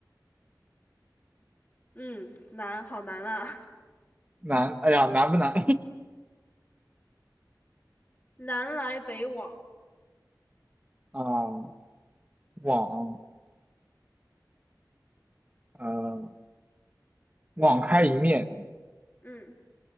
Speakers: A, on the left; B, on the right.
A: 嗯，难，好难啊，
B: 难，哎呀，难不难？
A: <laughs> 南来北往，
B: <laughs> 啊，网，呃，网开一面，
A: 嗯，